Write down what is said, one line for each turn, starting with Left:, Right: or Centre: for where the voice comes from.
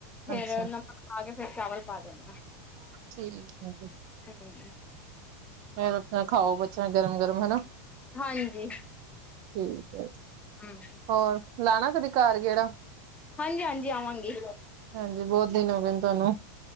Left: ਫੇਰ
Right: ਅੱਛਾ
Left: ਨਮਕ ਪਾ ਕੇ ਫੇਰ ਚਾਵਲ ਪਾ ਦੇਣੇ ਆ।
Right: ਠੀਕ ਹੈ ਜੀ
Left: ਹੂੰ
Right: ਫੇਰ ਆਪਣਾ ਖਾਓ ਬੱਚਿਆ ਗਰਮ-ਗਰਮ ਹਨਾ।
Left: ਹਾਂਜੀ
Right: ਠੀਕ ਹੈ,
Left: ਹਮ
Right: ਹੋਰ ਲਾਣਾ ਕਦੇ ਘਰ ਗੇੜਾ।
Left: ਹਾਂਜੀ-ਹਾਂਜੀ ਆਵਾਂਗੇ।
Right: ਹਾਂਜੀ ਬਹੁਤ ਦਿਨ ਹੋ ਗਏ ਨੇ ਤੁਹਾਨੂੰ।